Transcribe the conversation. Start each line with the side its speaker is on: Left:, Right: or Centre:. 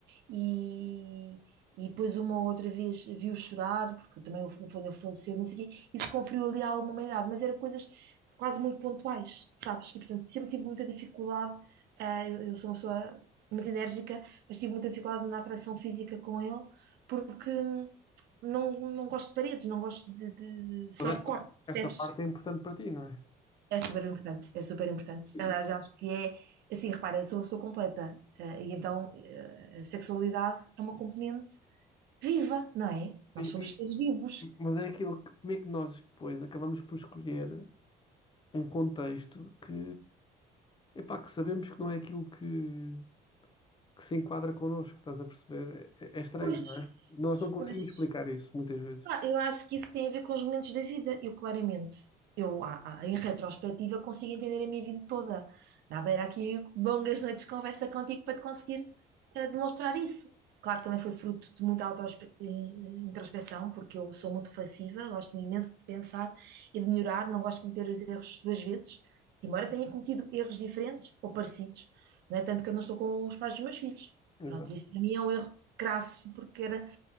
Right: e, e, e depois uma ou outra vez viu chorar, porque também o filho dele faleceu, não sei o quê, e se conferiu ali alguma humanidade, mas era coisas quase muito pontuais, sabes? E portanto sempre tive muita dificuldade, ah, eu eu sou uma pessoa muito enérgica, mas tive muita dificuldade na atração física com ele porque não, não gosto de paredes, não gosto de, de- de-
Left: Mas
Right: só de
Left: esta,
Right: cortes, percebes?
Left: esta parte é importante para ti, não é?
Right: É super importante, é super importante.
Left: E-
Right: Aliás, eu acho que é, assim, repara, eu sou uma pessoa completa, eh, e então eh, a sexualidade é uma componente viva, não é? Nós
Left: e-
Right: somos
Left: e-
Right: seres vivos.
Left: mas é aquilo que, como é que nós depois acabamos por escolher. um contexto que, epá, que sabemos que não é aquilo que, que se enquadra connosco, estás a perceber? É, é estranho,
Right: Pois,
Left: não é? Nós não conseguimos
Right: pois.
Left: explicar isso muitas vezes.
Right: Ah, eu acho que isso tem a ver com os momentos da vida. Eu, claramente, eu, ah, ah, em retrospectiva, consigo entender a minha vida toda. Dá para ir aqui longas noites de conversa contigo para te conseguir ah, demonstrar isso. Claro que também foi fruto de muita auto-introspeção, porque eu sou muito reflexiva, gosto imenso de pensar e de melhorar, não gosto de cometer os erros duas vezes, embora tenha cometido erros diferentes ou parecidos, não é? Tanto que eu não estou com os pais dos meus filhos.
Left: Exato.
Right: Pronto, isso para mim é um erro crasso, porque era